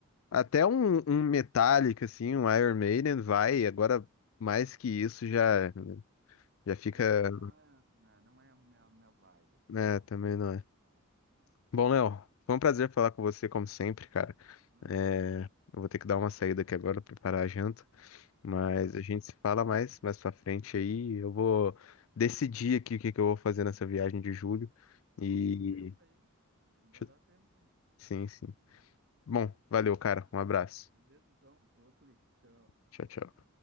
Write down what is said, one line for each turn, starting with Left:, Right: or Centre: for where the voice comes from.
Left: até um, um Metallica, assim, um Iron Maiden vai. Agora, mais que isso, já, já fica.
Right: É, que não é, né, não é a minha, minha vibe, assim.
Left: né, também não é.
Right: Ó,
Left: Bom, Léo, foi um prazer falar com você, como sempre, cara.
Right: Claro,
Left: É, eu vou ter que dar uma saída aqui agora, preparar a janta. Mas
Right: vai lá, vai
Left: a gente
Right: lá.
Left: se fala mais mais pra frente aí. Eu vou decidir aqui o que que eu vou fazer nessa viagem de julho. E.
Right: Isso, pensa aí. Ainda
Left: deixa
Right: dá
Left: eu-
Right: tempo, sim.
Left: Sim, sim. Bom, valeu, cara. Um abraço.
Right: Beleza, então. Outro. Tchau.
Left: Tchau, tchau.